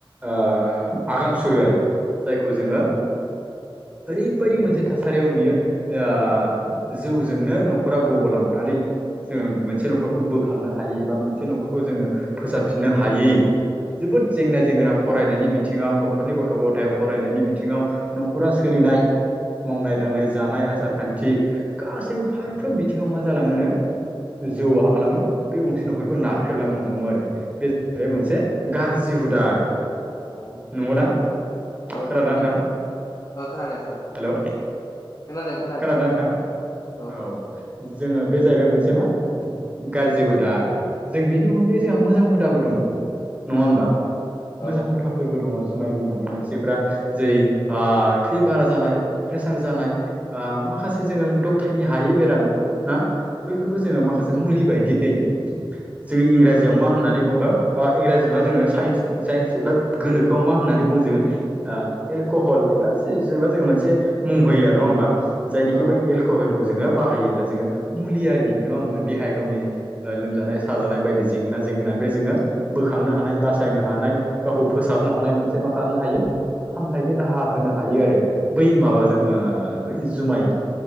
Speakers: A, on the right; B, on the left.
A: ओ आगान सुरो आरो। जायखौ जोङो
B: उम
A: ओरै बायदि मोनसे थासारियाव नुयो ओ जौजोंनो न'खरा गब'लांनानै जोङो मोनसे न'खरखौ बोखांनो हायै एबा मोनसे न'खरखौ जोङो फोसाबफिननो हायै जोबोद जेंना जेंगोना फरायनायनि बिथिङाव न'खरनि गथ' गथाय फरायनायनि बिथिङाव नख'रा सोलि नाय मावनाय दांनाय जानाय आसार खान्थि गासैबो फारफ्रोम बिथिङाव मा जालाङो नो जौआ मा खालामो
B: उम
A: बे गंसे न'खरखौ ना ख्रेबलांनो हमो आरो बे जाहैबाय
B: औ
A: मोनसे गाज्रि हुदा आरो ।
B: औ
A: नंगौना?
B: औ
A: खोनादोंना नोंथां
B: औ ओ खोनादों खोनादों
A: हेलौ
B: । खोनादों खोनादों
A: खोनादोंना नोंथां
B: ।
A: औ जोङो बे जाहैबाय मोनसे मा गाज्रि हुदा आरो । जों बिनि अनगायै जोंहा मोजां हुदाबो दङ नङा होमबा
B: औ
A: मोजां हुदाफोरबो दङ । जुमाय लोंनानै मानसिफ्रा जेरै ओ थै बारा जानाय प्रेसार जानाय ओ माखासे जोङो दबथायनो हायै बेराम ना बैफोरखौ जोङो माखासे
B: उम
A: मुलि बायदि यै जोङो इंराजियाव मा होननानै बुङो इंराजि नङा जोङो साइन्स एबा गोनोखोआव मा होननानै बुङो जोङो एलकहल एबा जेनेबा जोङो मोनसे मुं होयो आरो नङा होमबा । जायनिखि
B: औ
A: बै एल कहलखौ जोङो बाहायोब्ला जोङो मुलियारि नङा होनबा देहायारि गावनि ओ लोमजानाय साजानाय बायदि जेंना जेंगोनानिफ्राय जोङो बोखांनो हानाय बासायनो हानाय गावखौ फोसाबनो हानाय मोनसे मा खालामनो हायो फाहामथायनि राहा होनो हायो आरो बै माबाजों ओ बै जुमाय